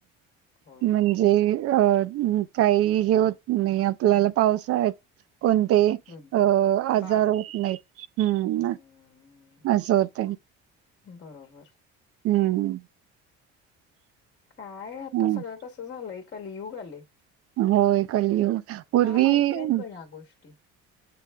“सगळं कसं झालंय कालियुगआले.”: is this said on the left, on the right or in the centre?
Left